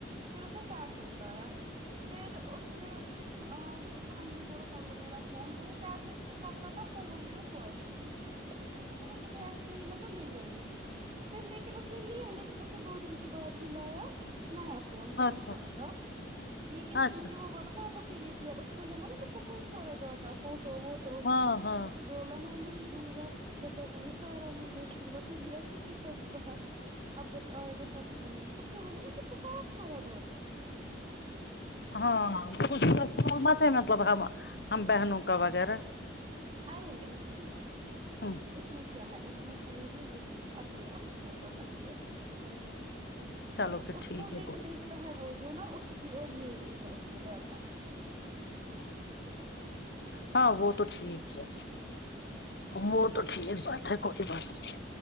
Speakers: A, on the right; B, on the left.
A: پھر اس نے ٹیبلٹس لایا پھر اس نے ا اس کو میں نہیں بولا پکڑو میرا فون وہ ٹیبلیٹ سے کرتا تھا فون بھی اور کالس میں کو بولا مجھے ایس ہی ہے تو لے جا یہی پھر لیکن اس نے لیا لیکن اس دو دن کے بعد ہی لایا نیا فون سیمسنگ
B: اچھا
A: کا لیکن پھر
B: اچھا
A: مجھے وہ والا وا پسی نہیں دیا اس میں ہے نا مجھے بہت سارا ڈاٹا فوٹو ووٹو
B: ہاں ہاں
A: بولا میں نہیں دوں گا جب تک میں نے سارا نہیں دیکھوں گا پھر لیا پک سای باہر اب جب آئے گا تب لوں گی اس میں ہے نا مطلب بہت سارا ڈاٹا
B: ہاں <unintelligible> ک مت ہے مطلب ہم ہم بہنوں کا وغیرہ
A: ارے نہیں
B: ہاں
A: اس میں کیا ہے اس میں ہمیں ہے یہی اپنی اپنی فوٹوز اچھی اچھی فوٹوز
B: چلو پھر
A: اس
B: ٹھیک
A: وہ لیکن
B: ہے کوئی
A: دیکھتا ہے وہ جو نا اس کی اور میری ہے اس میں ڈاٹا
B: ہاں وہ تو ٹھیک ہے وہ تو ٹھیک ب پ کو بات نہیں